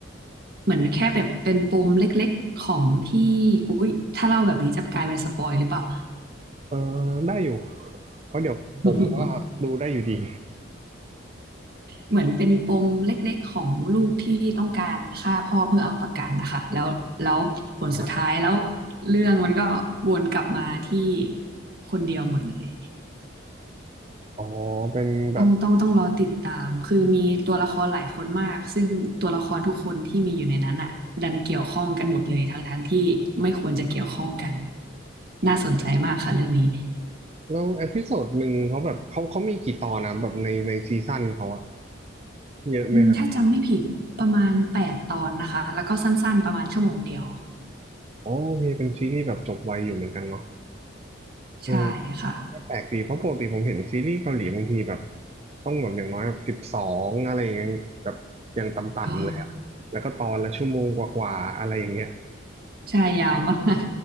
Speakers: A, on the right (about 50°); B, on the right (about 30°).
A: เหมือนแค่แบบเป็นปมเล็กๆของที่อุ๊ยถ้าเล่าแบบนี้จะกลายเป็นสปอยหรือเปล่า
B: เออได้อยู่เพราะเดี๋ยวผมก็ดูได้อยู่ดี
A: <laughs> เหมือนเป็นปมเล็กๆของลูกที่ต้องการฆ่าพ่อเพื่อเอาประกันนะคะแล้วแล้วผลสุดท้ายแล้ว
B: อ
A: เรื่องมันก็วนกลับมาที่คนเดียวหมดเลย
B: ๋อเป็นแบบ
A: ต้องต้องต้องรอติดตามคือมีตัวละครหลายคนมากซึ่งตัวละครทุกคนที่มีอยู่ในนั้นอ่ะดันเกี่ยวข้องกันหมดเลยทั้งทั้งที่ไม่ควรจะเกี่ยวข้องกันน่าสนใจมากค่ะเรื่องนี้
B: แล้วเอพิโซดหนึ่งเขาแบบเขาเขามีกี่ตอนนะแบบในในซีซั่นเขาอะเยอะไหมครับ
A: อืมถ้าจำไม่ผิดประมาณแปดตอนนะคะแล้วก็สั้นๆประมาณชั่วโมงเดียว
B: อ๋อมีเป็นซีรีส์แบบจบไวอยู่เหมือนกันเนาะเออ
A: ใช่ค่ะ
B: ก็แปลกดีเพราะปกติผมเห็นซีรีส์เกาหลีบางทีแบบต้องแบบอย่างน้อยแบบสิบสองอะไรอย่างเงี้ยแบบอย่างต่ำๆเลยอะแล้วก็ตอนละชั่วโมงกว่าๆอะไรอย่างเงี้ย
A: อ๋อใช่ยาวมาก